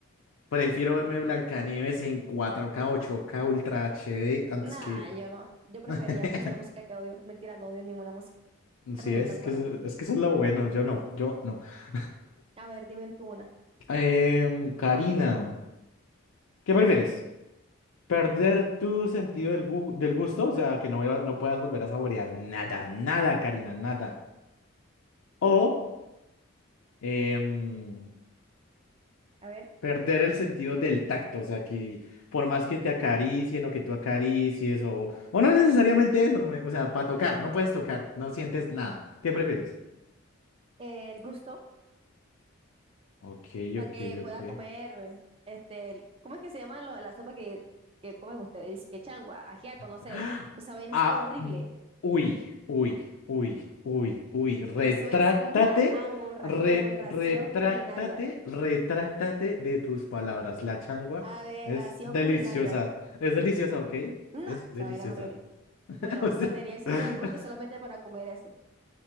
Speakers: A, on the left; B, on the right.
A: Prefiero verme Blancanieves en 4K, 8K, Ultra HD antes
B: Nada,
A: que...
B: yo no. Yo preferiría
A: <laughs>
B: escuchar música que odio. Mentira, no odio ninguna música.
A: Sí,
B: Ah, Me gustan
A: es, es que
B: todas.
A: eso, es que eso es lo bueno, yo no, yo no. <laughs>
B: A ver, dime tú una.
A: Em, Karina. ¿Qué prefieres? ¿Perder tu sentido del, gu- del gusto? O sea, que no, vuelva- no puedas volver a saborear nada, nada, Karina, nada. O em,
B: A ver,
A: perder el sentido del tacto. O sea, que por más que te acaricien o que tú acaricies o... O no necesariamente eso, me- o sea, para tocar, no puedes tocar, no sientes nada. ¿Qué prefieres?
B: eh, el gusto
A: Ok,
B: para
A: ok,
B: que pueda
A: ok.
B: comer, este, el- ¿cómo es que se llama lo- la sopa que, que comen ustedes? Que changua, ajiaco, no sé.
A: <laughs>
B: Esa vaina es
A: Ah,
B: horrible.
A: mm, uy, uy, uy, uy, uy. Retráctate,
B: Eso es una aborra-
A: re-
B: aberración
A: retráctate,
B: culinaria.
A: retráctate de tus palabras. La changua
B: Aberración
A: es deliciosa.
B: culinaria.
A: Es deliciosa, ¿ok?
B: No,
A: Es
B: esa
A: deliciosa.
B: vaina es horrible.
A: <laughs>
B: Bueno,
A: O sea,
B: perdería el sentido
A: <laughs>
B: del gusto solamente para comer eso.